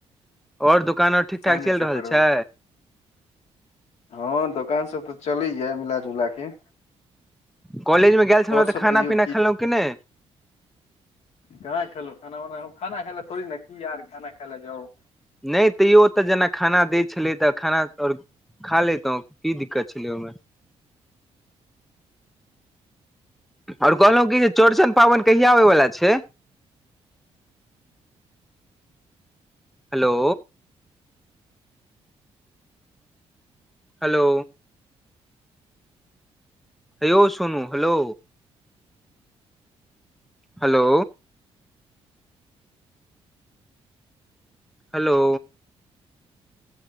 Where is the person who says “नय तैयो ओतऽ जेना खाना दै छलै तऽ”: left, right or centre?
Centre